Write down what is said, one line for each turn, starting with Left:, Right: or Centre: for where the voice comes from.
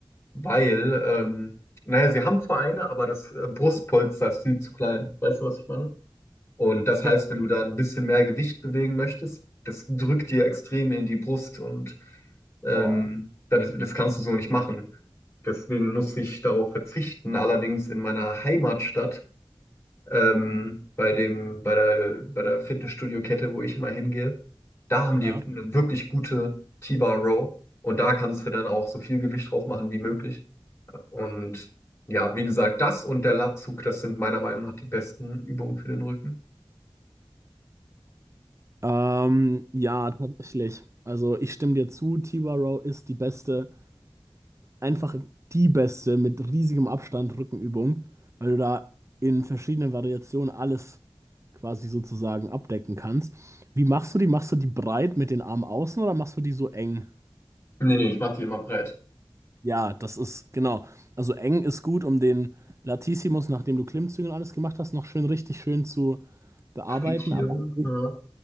Left: Weil, ähm, naja, sie haben zwar eine, aber das äh, Brustpolster ist viel zu klein. Weißt du, was ich meine? Und das heißt,
Right: Ja.
Left: wenn du da ein bisschen mehr Gewicht bewegen möchtest, das drückt dir extrem in die Brust und ähm,
Right: Boah.
Left: das, das kannst du so nicht machen. Deswegen muss ich darauf verzichten. Allerdings in meiner Heimatstadt ähm, bei dem, bei der, bei der Fitnessstudio-Kette, wo ich immer hingehe. Da haben die
Right: Ja.
Left: eine wirklich gute T-Bar Row und da kannst du dann auch so viel Gewicht drauf machen wie möglich. Und ja, wie gesagt, das und der Latzug, das sind meiner Meinung nach die besten Übungen für den Rücken.
Right: Ähm, ja, tatsächlich. Also ich stimme dir zu, T-Bar Row ist die beste einfach die beste mit riesigem Abstand Rückenübung, weil du da in verschiedenen Variationen alles quasi sozusagen abdecken kannst. Wie machst du die? Machst du die breit mit den Armen außen oder machst du die so eng?
Left: Nee, nee, ich mache die immer breit.
Right: Ja, das ist genau. Also eng ist gut, um den Latissimus, nachdem du Klimmzüge und alles gemacht hast, noch schön richtig schön zu bearbeiten.
Left: Frittieren,
Right: Aber <laughs>
Left: ja.